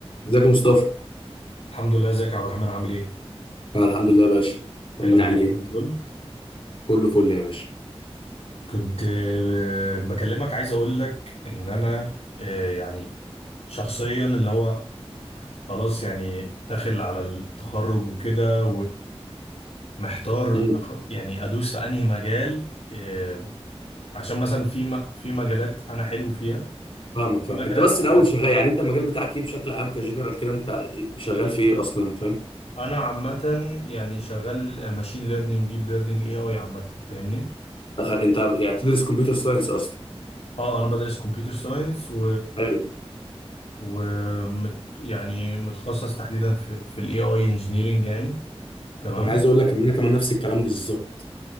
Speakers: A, on the left (about 55°); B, on the left (about 80°).
A: ازيك يا مصطفى؟
B: الحمد لله ازيك يا عبد الرحمن عامل ايه؟
A: انا الحمد لله يا باشا طمنا
B: ايه الاخبار
A: عليك
B: كله جول
A: كله فل يا باشا
B: كنت آه، بكلمك عايز اقول لك ان انا آه، يعني شخصيا اللي هو خلاص يعني داخل على التخرج وكده ومحتار
A: امم
B: أخ... يعني ادوس في انهي مجال آه، عشان مثلا في م... في مجالات انا حلو فيها
A: فاهمك فاهم
B: في مجالات
A: انت بس
B: انا
A: الاول
B: بحب
A: شغال يعني انت المجال بتاعك ايه بشكل عام كجنرال كده انت شغال في ايه اصلا فاهم؟
B: انا عامة يعني شغال ماشين ليرنينج ديب ليرنينج اي اي عامة فاهمني؟
A: اخر انت يعني بتدرس كمبيوتر ساينس اصلا
B: اه انا بدرس كمبيوتر ساينس و
A: حلو
B: ومت يعني متخصص تحديدا في في الاي اي انجينيرنج يعني تمام
A: انا عايز اقول لك ان انا كمان نفس الكلام بالظبط